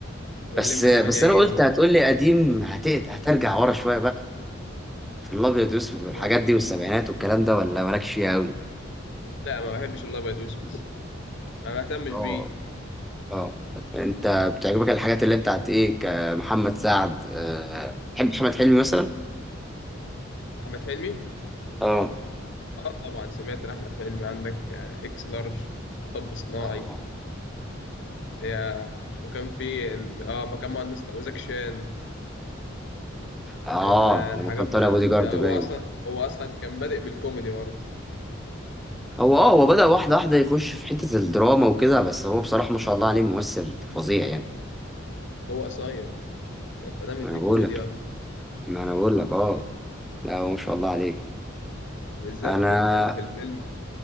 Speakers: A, on the left; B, in the centre.
A: واللمبي
B: بس بس
A: 8
B: أنا
A: جيجا
B: قلت
A: برضه
B: هتقول لي قديم هت- هترجع ورا شوية بقى في الأبيض والأسود والحاجات
A: ما
B: دي والسبعينات والكلام ده ولا مالكش فيها أوي؟
A: لا ما بحبش الابيض واسود الصراحة. ما بهتمش
B: أه
A: بيه
B: أه أنت بتعجبك الحاجات اللي بتاعت إيه كمحمد سعد أه تحب محمد حلمي مثلا؟
A: احمد حلمي
B: أه
A: اه طبعا سمعت احمد حلمي عندك آه، اكس لارج مطب صناعي
B: أه
A: اللي هي وكان في ال- اه مكان مهندس تق- وزاك شان
B: آه
A: ال- الحاجات
B: لما كان طالع
A: بتاعته
B: بودي جارد
A: دي هو
B: باين
A: اصلا هو اصلا كان بادئ بالكوميدي برضه
B: هو اه هو بدأ واحدة واحدة يخش في حتة الدراما وكده بس هو بصراحة ما شاء الله عليه ممثل فظيع يعني
A: هو قصير فده مديه
B: ما انا بقول
A: كوميديا
B: لك
A: اكتر
B: ما انا بقول لك اه لا هو ما شاء الله عليه
A: بالذات
B: انا
A: في ال- في الفيلم